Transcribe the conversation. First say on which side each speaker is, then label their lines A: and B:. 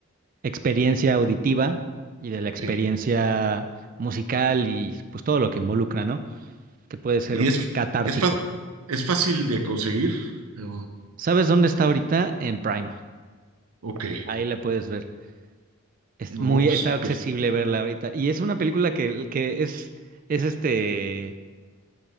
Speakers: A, on the right; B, on the right.
A: experiencia auditiva y de la experiencia
B: Sí.
A: musical y pues todo lo que involucra, ¿no? Que puede ser
B: ¿Y es,
A: catártico.
B: es, fa- es fácil de conseguir? Yo,
A: ¿Sabes dónde está ahorita? En Prime.
B: ok,
A: Ahí la puedes ver. Es
B: no,
A: muy,
B: pues
A: está accesible
B: perfecto.
A: verla ahorita. Y es una película que, que es, es este,